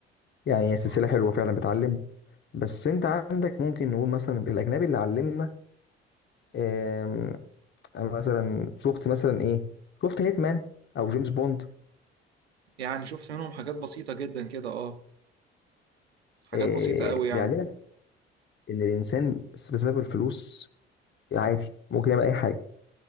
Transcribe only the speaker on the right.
آه.
يعني شفت منهم حاجات بسيطة جدا كده اه حاجات
بسيطة قوي يعني